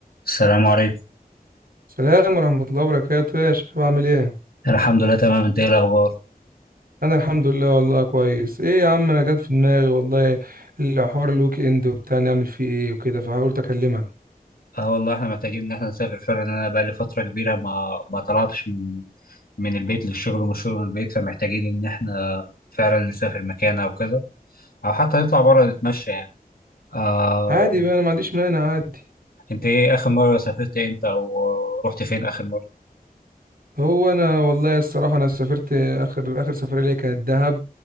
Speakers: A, on the left; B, on the right.
A: السلام عليكم
B: السلام ورحمة الله وبركاته يا شباب عامل ايه؟
A: الحمد لله تمام انت ايه الاخبار
B: أنا الحمد لله والله كويس، ايه يا عم أنا جات في دماغي والله الحوار الويك إند وبتاع نعمل فيه ايه وكده فقلت أكلمك،
A: اه والله احنا محتاجين ان احنا نسافر فعلا انا بقى لي فتره كبيره ما ما طلعتش من من البيت للشغل ومن الشغل للبيت فمحتاجين ان احنا فعلا نسافر مكان او كذا او حتى نطلع بره نتمشى يعني آه
B: عادي بقى أنا ما عنديش مانع عادي،
A: انت ايه اخر مره سافرت امتى او رحت فين اخر مره
B: هو أنا والله الصراحة أنا سافرت آخر آخر سفرية ليا كانت دهب،